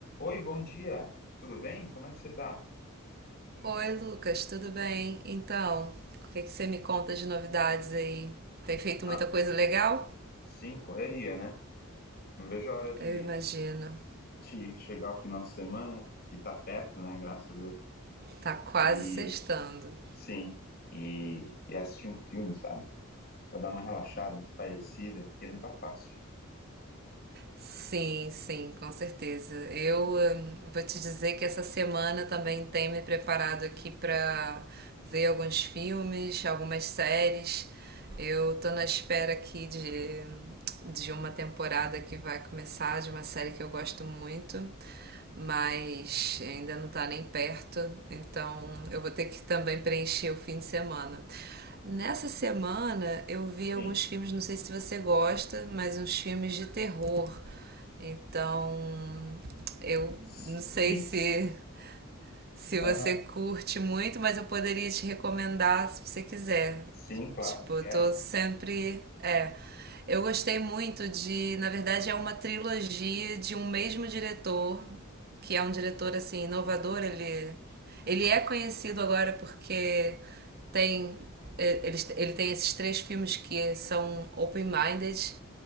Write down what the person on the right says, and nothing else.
Oi, Lucas, tudo bem? Então, o que é que você me conta de novidades aí? Tem feito
muita coisa legal?
Eu imagino.
Tá quase
sextando.
Sim, sim, com certeza. Eu hum, vou te dizer que essa semana também tem me preparado aqui pra ver alguns filmes, algumas séries. Eu tô na espera aqui de, de uma temporada que vai começar, de uma série que eu gosto muito. mas ainda não está nem perto, então eu vou ter que também preencher o fim de semana. Nessa semana eu vi alguns
filmes, não sei se você gosta, mas uns filmes de terror. Então eu
não sei se se
você curte muito, mas eu poderia te recomendar se você quiser.
Tipo,
eu tô sempre. É. Eu gostei muito de. Na verdade, é uma trilogia de um mesmo diretor, que é um diretor assim, inovador. Ele, ele é conhecido agora porque tem. Ele, ele tem esses três filmes que são open-minded,